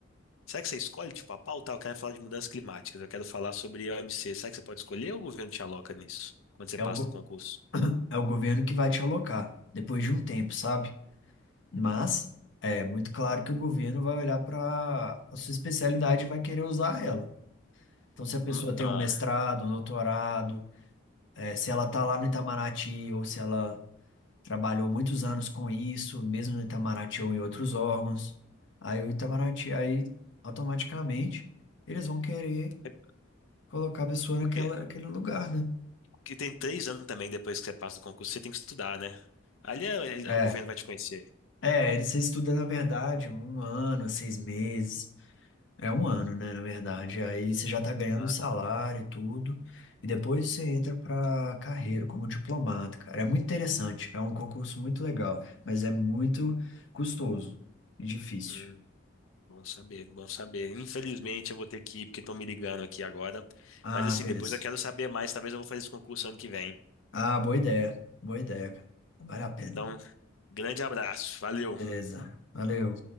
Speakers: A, on the left; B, on the left.
A: será que você escolhe, tipo, a pauta? Ah, Eu quero falar de mudanças climáticas, eu quero falar sobre o M C. Será que você pode escolher ou o governo te aloca nisso, quando você
B: É
A: passa
B: o, go-
A: no concurso?
B: é o governo que vai te alocar depois de um tempo, sabe? Mas é muito claro que o governo vai olhar para a sua especialidade e vai querer usar ela. Então, se a pessoa
A: Ma-
B: tem
A: Ah,
B: um mestrado, um doutorado, é, se ela está lá no Itamaraty ou se ela trabalhou muitos anos com isso, mesmo no Itamaraty ou em outros órgãos, aí o Itamaraty, aí automaticamente eles vão querer
A: é
B: colocar a pessoa
A: porque.
B: naquela, naquele lugar, né?
A: que tem três anos também depois que você passa do concurso, você tem que estudar, né? Ali é- ele-
B: É,
A: o governo vai te conhecer.
B: é, ele- você estuda, na verdade, um ano, seis meses. É um ano, né, na verdade. Aí você já tá ganhando
A: Ah,
B: um salário
A: tá.
B: e tudo. E depois você entra pra carreira como diplomata, cara. É muito interessante. É um concurso muito legal, mas é muito custoso e difícil.
A: Hum, bom saber, bom saber. Infelizmente eu vou ter que ir porque estão me ligando aqui agora.
B: Ah,
A: Mas assim,
B: beleza.
A: depois eu quero saber mais. Talvez eu vou fazer esse concurso ano que vem.
B: Ah, boa ideia. Boa ideia, cara. Vale a pena.
A: Então, grande abraço. Valeu.
B: Beleza. Valeu.